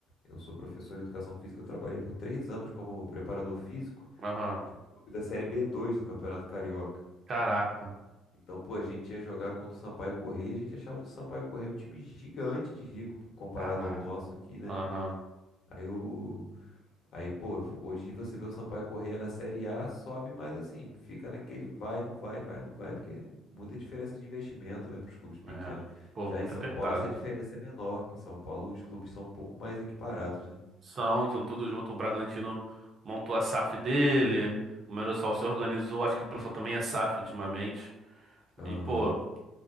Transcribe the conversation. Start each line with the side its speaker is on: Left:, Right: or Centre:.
Left: eu sou professor de educação física, eu trabalhei por três anos como preparador físico
Right: Aham.
Left: de um clube da Série b dois do Campeonato Carioca.
Right: Caraca,
Left: Então, pô, a gente ia jogar contra o Sampaio Correia, a gente achava o Sampaio Correia um time gigante de rico pô, comparado
Right: caraca.
Left: ao nosso aqui, né?
Right: Aham,
Left: Aí o aí, pô, hoje você vê o Sampaio Correia na Série A, sobe, mas assim, fica naquele vai, não vai, vai, não vai, porque é muita diferença de investimento, né, para os clubes pequenos.
Right: é. Pô,
Left: Já
Right: muito
Left: em São
Right: apertado.
Left: Paulo essa diferença é menor. Em São Paulo os clubes são um pouco mais equiparados, né?
Right: São, são tudo junto. O Bragantino montou a SAF dele, o Mirassol se organizou, acho que o Mirassol também é SAF ultimamente.
Left: Aham.
Right: E, pô,